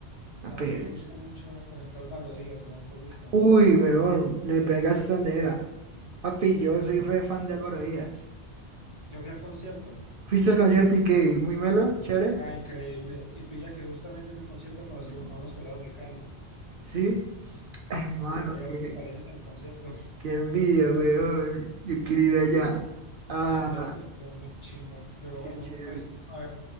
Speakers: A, on the right; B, on the left.
A: La
B: También
A: pereza.
B: me gusta mucho, por ejemplo, Álvaro Díaz, weón, ¿te gusta?
A: Uy, huevón, le pegaste donde era. Papi, yo soy re fan de Álvaro Díaz.
B: Yo fui al concierto.
A: ¿Fuiste al concierto y qué? ¿Muy melo? ¿Chévere?
B: Ah, increíble. Y pilla que justamente en el concierto conocí
A: No.
B: un- a unos pelados de Cali.
A: ¿Sí? Hermano,
B: Sí, hay
A: qué,
B: hartos caleños en el concierto. <laughs>
A: qué envidia, huevón. Yo quiero ir allá. Ah,
B: Ah, el de Álvaro estuvo muy chimba. Pero
A: qué
B: bueno,
A: chévere.
B: pues, a ver.